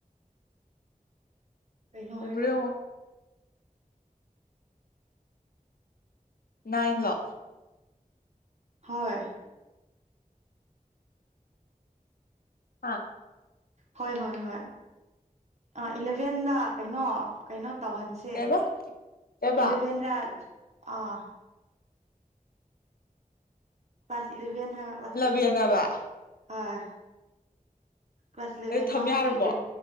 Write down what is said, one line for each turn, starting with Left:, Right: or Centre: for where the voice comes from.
Right: ꯀꯩꯅꯣ ꯍꯥꯏꯔꯛꯑꯣꯅꯪ
Left: ꯎꯕ꯭ꯔꯥ ꯌꯦꯡꯉꯣ ꯏꯥꯟꯂꯣ
Right: ꯍꯣꯏ
Left: ꯑꯥ
Right: ꯍꯣꯏ ꯍꯣꯏ ꯍꯣꯏ ꯑ ꯏꯂꯚꯦꯟꯗ ꯀꯩꯅꯣ ꯀꯩꯅꯣ ꯇꯧꯍꯟꯁꯦ
Left: ꯀꯩꯕ
Right: ꯦ
Left: ꯀꯩꯕ
Right: ꯏꯂꯚꯦꯟ ꯔ ꯑ <unintelligible> ꯀ꯭ꯂꯥꯁ ꯏꯂꯚꯦꯟ ꯍꯥꯏꯕ ꯀ꯭ꯂꯥꯁ
Left: ꯏꯂꯚꯦꯟꯅꯕ
Right: ꯏꯂꯚꯦꯟ ꯍꯣꯏ ꯀ꯭ꯂꯥꯁ ꯏꯂꯚ‌ꯦꯟ
Left: ꯑꯗꯨ ꯊꯝ
Right: ꯏꯅꯥꯎ
Left: ꯌꯥꯔꯕꯣ
Right: ꯅꯨꯄꯤꯗꯨ ꯏꯂ